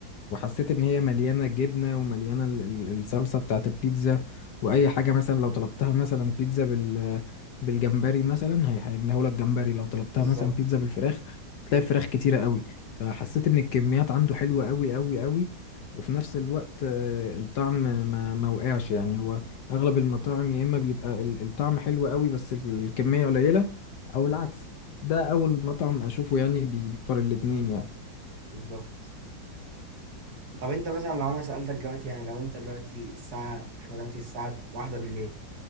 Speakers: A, on the left; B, on the right.
A: وحسيت ان هي مليانه جبنه ومليانه ال- ال- الصلصه بتاعت البيتزا واي حاجه مثلا لو طلبتها مثلا بيتزا بال بالجمبري مثلا هي- هيعملها لك جمبري لو طلبتها
B: بالظبط
A: مثلا بيتزا بالفراخ تلاقي فراخ كتيره قوي فحسيت ان الكميات عنده حلوه قوي قوي قوي وفي نفس الوقت آه، الطعم ما ما وقعش يعني هو اغلب المطاعم يا اما بيبقى ال- الطعم حلو قوي بس ال- الكميه قليله او العكس ده اول مطعم اشوفه يعني بيفر الاتنين يعني
B: بالظبط طب انت مثلا لو انا سألتك دلوقتي يعني لو انت دلوقتي الساعة احنا دلوقتي الساعة واحدة بالليل